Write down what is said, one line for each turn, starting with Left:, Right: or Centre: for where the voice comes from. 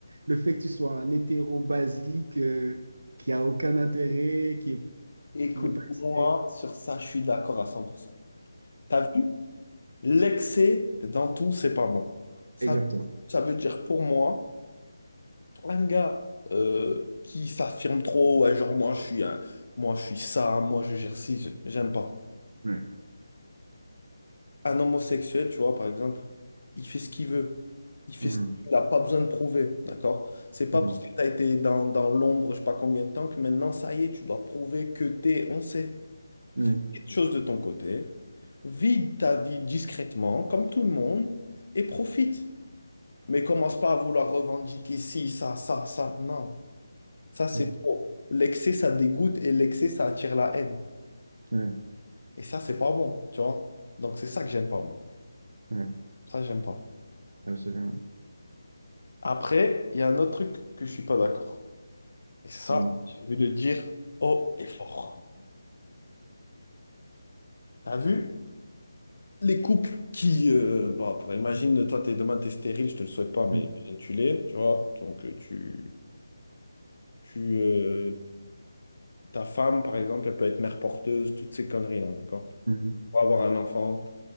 Right: le fait que tu sois un hétéro basique, euh, qui a aucun intérêt, qui,
Left: Écoute-moi,
Right: qui veut pas essayer.
Left: sur ça, je suis d'accord à 100%. T'as vu? L'excès dans tout, c'est pas bon. Ça,
Right: Exactement.
Left: ça veut dire pour moi. un gars euh, qui s'affirme trop, ouais, genre moi je suis un, moi je suis ça, moi je gère ci, je- j'aime pas.
Right: Ouais.
Left: Un homosexuel, tu vois, par exemple, il fait ce qu'il veut. Il fait
Right: Mhm.
Left: ce qu'il n'a pas besoin de prouver, d'accord? C'est pas
Right: Mhm.
Left: parce que tu as été dans, dans l'ombre, je sais pas combien de temps, que maintenant, ça y est, tu dois prouver que t'es, on sait,
Right: Mhm.
Left: quelque chose de ton côté. Vide ta vie discrètement, comme tout le monde, et profite. Mais commence pas à vouloir revendiquer ci, ça, ça, ça. Non. Ça, c'est
Right: Mmh.
Left: trop. L'excès, ça dégoûte et l'excès, ça attire la haine.
Right: Ouais,
Left: Et ça, c'est pas bon, tu vois. Donc, c'est ça que j'aime pas, moi.
Right: ouais,
Left: Ça, j'aime pas.
Right: absolument.
Left: Après, il y a un autre truc que je suis pas d'accord. Et ça,
Right: Dis-moi.
Left: j'ai envie de dire haut et fort. T'as vu? Les couples qui, euh, bah, pour- imagine, toi, t'es, demain, t'es stérile, je te le souhaite pas, mais
Right: Mmh.
Left: imagine, tu l'es, tu vois. Donc, euh, tu, tu, euh, ta femme, par exemple, elle peut être mère porteuse, toutes ces conneries-là, d'accord?
Right: Mmh.
Left: Pour avoir un enfant.